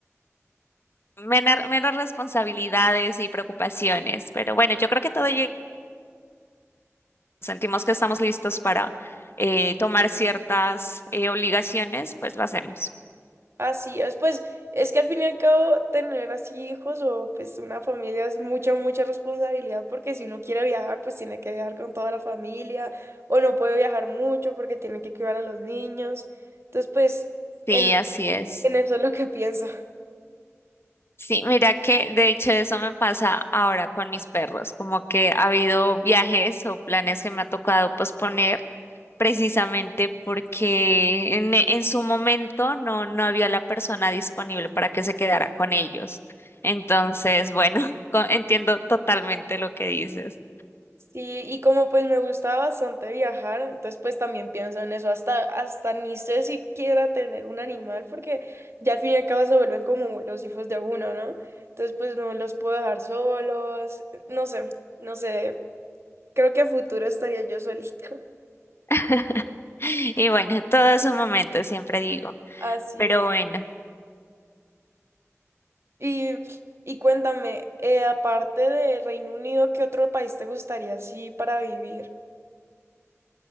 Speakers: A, on the left; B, on the right.
A: menar- menos responsabilidades y preocupaciones. Pero bueno, yo creo que todo llega, sentimos que estamos listos para eh, tomar ciertas eh, obligaciones, pues lo hacemos.
B: Así es, pues es que al fin y al cabo tener así hijos o pues una familia es mucha, mucha responsabilidad porque si uno quiere viajar pues tiene que viajar con toda la familia o no puede viajar mucho porque tiene que cuidar a los niños. Entonces pues
A: Sí,
B: en,
A: así es.
B: en eso es lo que pienso.
A: Sí, mira que de hecho eso me pasa ahora con mis perros, como que ha habido viajes o planes que me ha tocado posponer. precisamente porque en, en su momento no, no había la persona disponible para que se quedara con ellos. Entonces, bueno, <laughs> co- entiendo totalmente lo que dices.
B: Sí, y como pues me gusta bastante viajar, entonces pues también pienso en eso, hasta, hasta ni sé si quiera tener un animal, porque ya al fin y al cabo se vuelven como los hijos de uno, ¿no? Entonces pues no los puedo dejar solos, no sé, no sé, creo que a futuro estaría yo solita.
A: <laughs> Y bueno, todo es un momento, siempre digo.
B: <laughs> Así
A: Pero
B: es.
A: bueno,
B: Y, y cuéntame, eh, aparte de Reino Unido, ¿qué otro país te gustaría así para vivir?